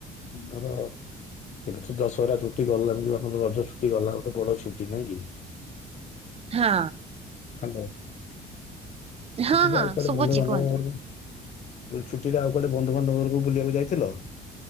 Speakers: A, on the left (about 45°); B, on the right (about 35°).
A: ଧର ଏବେ ତ ଦଶହରା ଛୁଟି ଗଲା ଯଉ ଆମର ରଜ ଛୁଟି ଗଲା ଗୋଟେ ବଡ ଛୁଟି ନା? ଇକିି
B: ହଁ
A: ହାଲୋ
B: ହଁ
A: ଛୁଟିରେ
B: ହଁ
A: ଆଉ କୁଆଡେ
B: ଶୁଭୁଛି
A: ବନ୍ଧୁ ବାନ୍ଧବ
B: କୁହନ୍ତୁ।
A: ବ ଛୁଟିରେ ଆଉ କୁଆଟେ ବନ୍ଧୁବାନ୍ଧବକୁ ବୁଲିବାକୁ ଯାଇଥିଲ?